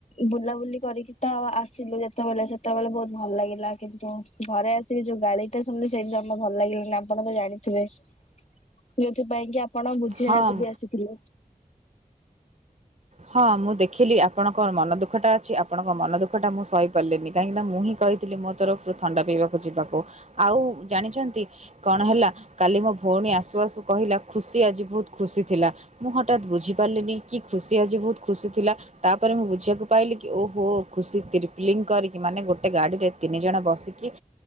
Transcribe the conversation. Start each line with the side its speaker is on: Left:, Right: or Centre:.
Left: ବୁଲାବୁଲି କରିକି ତ ଆସିଲୁ ଯେତବେଳେ ସେତବେଳେ ବହୁତ୍ ଭଲ୍ ଲାଗିଲା କିନ୍ତୁ ଘରେ ଆସିକି ଯୋଉ ଗାଳିଟା ଶୁଣିଲି ସେଇଠି ଜମା ଭଲ୍ ଲାଗିଲାନି ଆପଣ ତ ଜାଣି ଥିବେ ଯେଉଥିପାଇଁ କି ଆପଣ ବୁଝେଇବାକୁ
Right: ହଁ
Left: ବି ଆସିଥିଲେ।
Right: ହଁ ମୁଁ ଦେଖିଲି ଆପଣଙ୍କ ମନ ଦୁଃଖ ଟା ଅଛି ଆପଣଙ୍କ ମନ ଦୁଃଖ ଟା ମୁଁ ସହିପାରିଲିନି କାହିଁକି ନା ମୁଁ ହିଁ କହିି ଥିଲି ମୋ ତରଫରୁ ଥଣ୍ଡା ପିଇବାକୁ ଯିବାକୁ, ଆଉ ଜାଣିଛନ୍ତି କଣ ହେଲା କାଲି ମୋ ଭଉଣୀ ଆସୁ-ଆସୁ କହିଲା ଖୁସି ଆଜି ବହୁତ୍ ଖୁସି ଥିଲା। ମୁଁ ହଟାତ୍ ବୁଝି ପାରିଲିନି କି ଖୁସି ଆଜି ବହୁତ୍ ଖୁସି ଥିଲା। ତାପରେ ମୁଁ ବୁଝିବାକୁ ପାଇଲି କି ଓହୋ ଖୁସି ଟ୍ରିପ୍ଲିଂ କରିକି ମାନେ ଗୋଟେ ଗାଡିରେ ତିନି ଜଣ ବସିକି